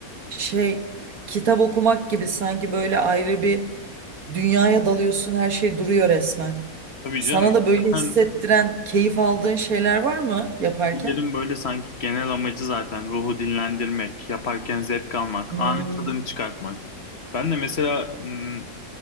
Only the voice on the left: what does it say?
tabii
canım.
Zaten
Bunların böyle sanki genel amacı zaten ruhu dinlendirmek, yaparken zevk almak,
anın tadını çıkartmak. Ben de mesela m,